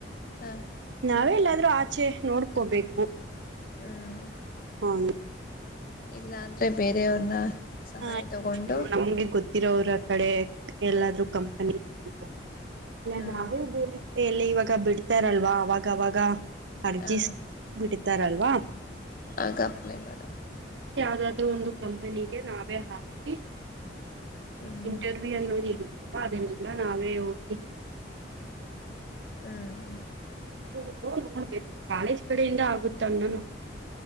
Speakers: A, on the left; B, on the right.
A: ಹ
B: ನಾವೆಲ್ಲಾದ್ರೂ ಆಚೆ ನೋಡ್ಕೋಬೇಕು.
A: ಹ್ಮ್.
B: ಹ್ಮ್ಹ್.
A: ಇಲ್ಲ ಅಂದ್ರೆ ಬೇರೆಯವ್ರನ್ನ. ಸಹಾಯ
B: ಹ
A: ತಗೊಂಡು
B: ನಮ್ಗೆ ಗೊತ್ತಿರೋ ಅವ್ರ. ಕಡೆ ಎಲ್ಲಾದ್ರೂ ಕಂಪನೀ ಅ ಇಲ್ಲ
A: ಹ್ಮ್
B: ನಾವೇ ಬೇರೆ ಕಡೆ <unintelligible> ಆಾಗ ಬಿಡ್ತಾರಲ್ವಾ ಅವಾಗವಾಗ ಅರ್ಜಿಸ
A: ಹ
B: ಬಿಡ್ತಾರಲ್ವಾ.
A: ಆಗ ಅಪ್ಲೈ ಮಾಡ.
B: ಅ ಒಂದು ಕಂಪನಿಗೆ ನಾವೇ ಹಾಕಿ.
A: ಹ್ಮ್
B: ಇಂಟರ್ವ್ಯೂ ಅನ್ನೋದ ಇರುತ್ತಲ್ವಾ ಅದನ್ನೆಲ್ಲ ನಾವೇ ಹೋಗಿ.
A: ಹ್ಮ್.
B: <unintelligible> ನೋಡ್ಬೇಕು ಕಾಲೇಜ್ ಕಡೆಯಿಂದ ಆಗುತ್ತ ಅನ್ನ ನ.